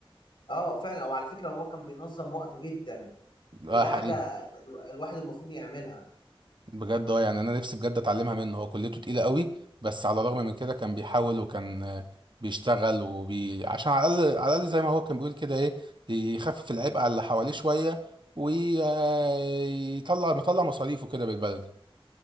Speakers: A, on the left (about 55°); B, on the right (about 55°).
A: اه فعلا وعلى فكره هو كان بينظم وقته جدا وده
B: آه، حقيقي
A: حاجه ال- الواحد المفروض يعملها
B: بجد اه يعني انا نفسي بجد اتعلمها منه هو كليته تقيله قوي بس على الرغم من كده كان بيحاول وكان آه، بيشتغل وبي عشان على الاقل على الاقل زي ما هو كان بيقول كده ايه يخفف العبء على اللي حواليه شويه ويطلع مطلع مصاريفه كده بالبلدي